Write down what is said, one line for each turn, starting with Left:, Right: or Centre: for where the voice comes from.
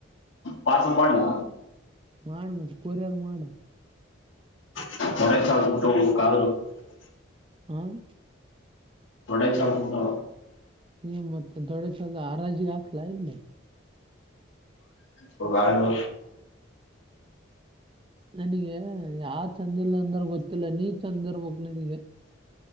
Left: ಪಾರ್ಸೆಲ್ ಮಾಡ್ಲಾ
Right: ಮಾಡ್ ಮತ್ ಕೊರಿಯರ್ ಮಾಡ್
Left: <unintelligible>
Right: ಹ್ಮ್
Left: <unintelligible>
Right: ಹ್ಮ್ ಮತ್ತೆ ದೊಡ್ಡ ಚಂದ ಹಾರಾಜಿಗೆ ಹಾಕ್ಲಾ ಇಲ್ಲಿ
Left: ಪಗಾಳು
Right: ನನಗೆ ಯಾರ್ ಚಂದ ಇಲ್ಲ ಅಂದ್ರ ಗೊತ್ತಿಲ್ಲ ನೀ ಚಂದ ಇರ್ಬೇಕ್ ನನಗೆ